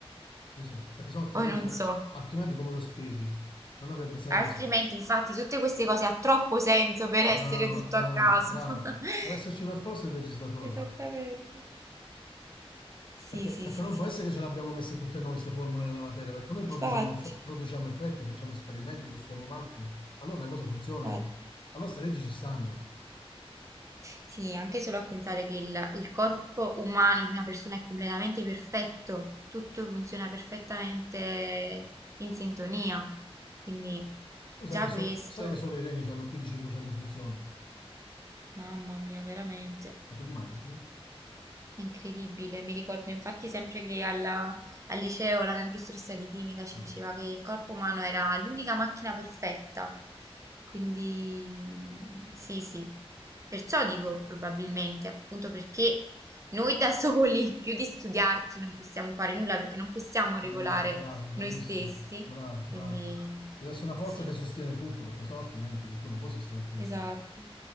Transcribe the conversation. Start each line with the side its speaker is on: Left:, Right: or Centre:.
Left: scusa, perché sennò altrimenti,
Right: Poi non
Left: com-
Right: so.
Left: altrimenti come lo spieghi? Non avrebbe senso.
Right: Altrimenti, infatti, tutte queste cose ha troppo senso per essere
Left: Brava,
Right: tutto
Left: brava,
Right: a caso.
Left: brava.
Right: <laughs>
Left: Deve esserci per forza il legislatore.
Right: Esattamente. Sì,
Left: Perché,
Right: sì,
Left: perché
Right: sì,
Left: non
Right: sì,
Left: può essere
Right: sì, sì.
Left: che ce l'abbiamo messe tutte noi queste formule nella materia, perché noi produciamo,
Right: Infatti,
Left: eff- produciamo effetti, facciamo esperimenti, costruiamo macchine, allora le cose funzionano,
Right: infatti.
Left: allora queste leggi ci stanno.
Right: Sì, anche solo a pensare che il, il corpo umano di una persona è completamente perfetto, tutto funziona perfettamente in sintonia. Quindi
Left: Tu
Right: già
Left: sai che, so-
Right: questo,
Left: sai che solo i reni hanno più di 500 funzioni,
Right: mamma mia, veramente.
Left: ma ti immagini?
Right: È incredibile, mi ricordo infatti sempre che alla- al liceo la mia professoressa di chimica ci
Left: Mm.
Right: diceva che il corpo umano era l'unica macchina perfetta, quindi sì, sì, perciò dico probabilmente, appunto perché noi da soli, <laughs> più di studiarci, non possiamo fare nulla perché non possiamo regolare
Left: Brava, brava, bravissima,
Right: noi stessi,
Left: brava, brava.
Right: quindi
Left: C'è adesso una forza
Right: sì,
Left: che sostiene tutto, perché sennò altrimenti tu non puoi sostenerti da
Right: esatto,
Left: solo.